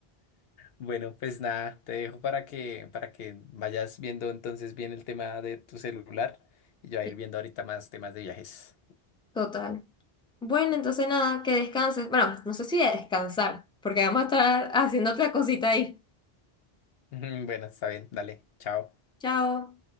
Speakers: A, on the left; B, in the centre.
A: Bueno, pues nada, te dejo para que, para que vayas viendo entonces bien el tema de tu celular y yo a
B: Sí,
A: ir viendo ahorita más temas de viajes. <laughs>
B: Total. Bueno, entonces nada, que descanses. Bueno, no sé si de descansar, porque vamos a estar <laughs> haciendo otra cosita ahí.
A: Bueno, está bien, dale, chao.
B: Chao.